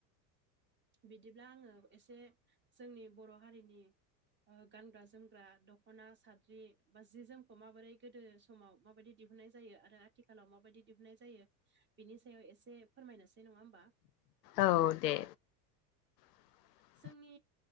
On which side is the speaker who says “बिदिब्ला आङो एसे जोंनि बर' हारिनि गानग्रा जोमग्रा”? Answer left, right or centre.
Right